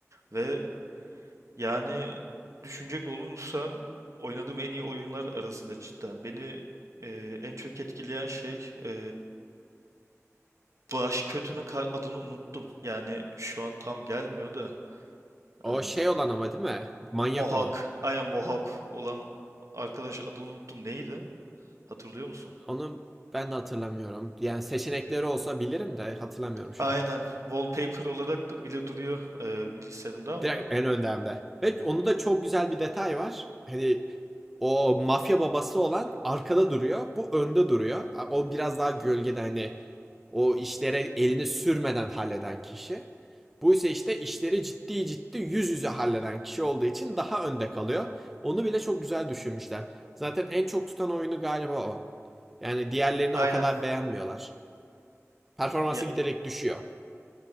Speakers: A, on the right (about 70°); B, in the centre.
A: Ve Yani düşünecek olursam oynadığım en iyi oyunlar arasında cidden. Beni e, en çok etkileyen şey e, baş kötünün kar- adını unuttum. Yani şu an tam gelmiyor da
B: O
A: e,
B: şey olan ama değil mi? Manyak
A: Mohawk,
B: olan.
A: aynen Mohawk olan arkadaş adını unuttum. Neydi? Hatırlıyor musun?
B: Onu ben de hatırlamıyorum. Yani seçenekleri olsa bilirim de hatırlamıyorum şu
A: Aynen
B: an.
A: wallpaper olarak da- bile duruyor e, bilgisayarımda ama
B: Direkt en önde hem de. Ve onu da çok güzel bir detay var. Hani o mafya babası olan arkada duruyor. Bu önde duruyor. O biraz daha gölgede hani o işlere elini sürmeden halleden kişi. Bu ise işte işleri ciddi ciddi yüz yüze halleden kişi olduğu için daha önde kalıyor. Onu bile çok güzel düşünmüşler. Zaten en çok tutan oyunu galiba o. Yani diğerlerini
A: aynen.
B: o kadar beğenmiyorlar. Performansı
A: Ya,
B: giderek düşüyor.